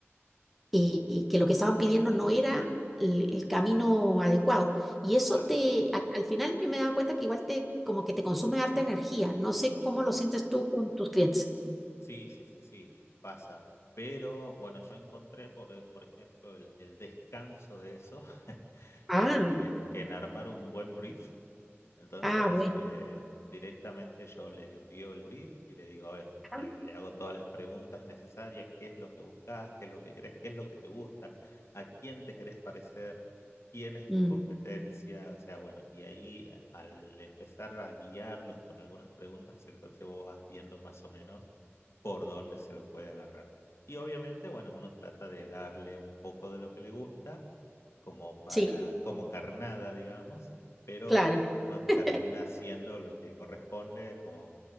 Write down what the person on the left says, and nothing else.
Claro.
Sí, sí, sí, sí, pasa. Pero bueno, yo encontré, por, por ejemplo, el, el descanso de eso <laughs>
en, en, en armar un buen brief entonces,
eh, directamente yo les envío el brief y le digo, a ver,
eh, le hago todas las preguntas necesarias, qué es lo que buscas, qué es lo que crees, qué es lo que te gusta, a quién te querés parecer, quién es
tu competencia, o sea, bueno, y ahí eh, al empezar a guiarlos con algunas preguntas, entonces vos vas viendo más o menos por dónde se lo puede agarrar. Y obviamente, bueno, uno trata de darle un poco de lo que le gusta como para,
como carnada, digamos, pero
uno termina
haciendo lo que corresponde como,